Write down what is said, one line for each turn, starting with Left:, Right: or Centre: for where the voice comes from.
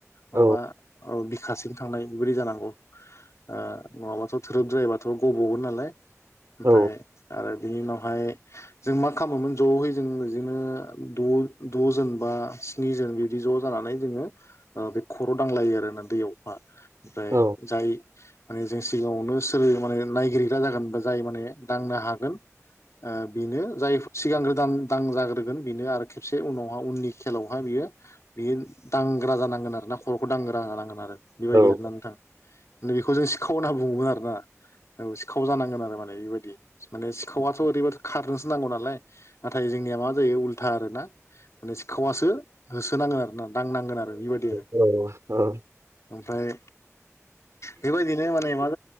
Right: औ
Left: माबा औ बिख खासिम थांनाय बेबायदि जानांगौ ओ नङाबाथ' थोरोबद्रायबाथ' गबगोन नालाय। ओमफ्राय
Right: औ
Left: आरो बिनि उनावहाय जों मा खालामोमोन ज'है जों बिदिनो द' द'जोनबा स्नि स्नि जोन बिदि ज' जानानै जोङो ओ बे खर' दांलायो आरोना दैयावहा ओमफ्राय
Right: औ
Left: जाय मान जों सिगाङावनो सोर माने नायगिरिग्रा जागोनबा जाय माने दांनो हागोन ओ बेनो जाय सिगांग्रो दान दांजाग्रोगोन बेनो आरो खेबसे उनावहा उननि खेलावहााय बियो बेयो दांग्रा जानांगोन आरो ना। खर'खौ दांगो राङा नांगोन आरो बेबायदि
Right: औ
Left: आरोना नोंथां बेखौ जों सिखाव होननना बुङोमोन आरोना। औ सिखाव जानांगोन आरो माने बेबायदि माने सिखावथ' ओरैबाथ' खारनोसो नांगौ नालाय नाथाय जोंनिया मा जायो उल्था आरो ना माने सिखावासो होसोनाङो आरोना। दांनांगोन आरो बेबायदि आरो।
Right: औ औ
Left: ओमफ्राय बेबायदिनो माने मा